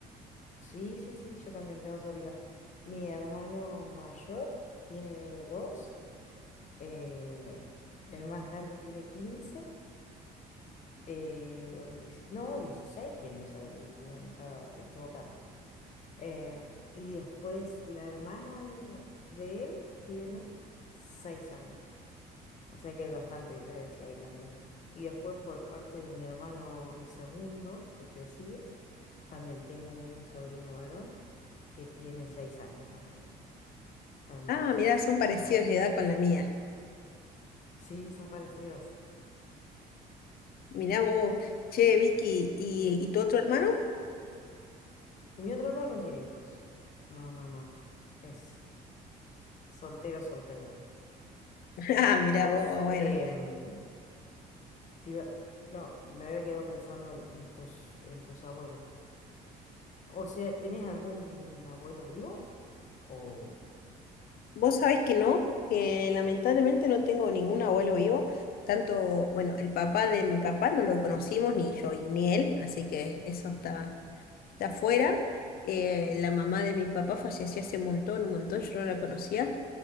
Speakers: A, on the left; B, on the left.
A: Sí, sí, sí, yo también tengo sobrinos. Mi hermano mayor tiene dos, eh, el más grande tiene quince eh, o 10. no, 16 tiene mi sobrino, mira, me estaba equivocando. Eh, y después la hermana de, de él tiene 6 años. O sea que hay bastante diferencia ahí también. Y después por parte de mi hermano, el segundo, el que le sigue, también tengo un sobrino varón que tiene seis años también. Hermosos,
B: Ah, mirá, son parecidos
A: la verdad.
B: de edad con la mía.
A: Sí, son parecidos.
B: Mirá vos, che, Vicky, ¿y, y tu otro hermano?
A: Mi otro hermano no tiene hijos. No, no, no. Es soltero, soltero.
B: <laughs> Ah, mirá
A: Vos,
B: vos, bueno.
A: em, te iba- no, me había quedado pensando en, en tus, en tus abuelos. O sea, ¿tenés algún abuelo vivo? O
B: Vos sabés que no, que lamentablemente no tengo ningún abuelo vivo, tanto, bueno, el papá de mi papá no lo conocimos, ni yo y ni él, así que eso está, está fuera. Eh, la mamá de mi papá falleció hace un montón, un montón, yo no la conocía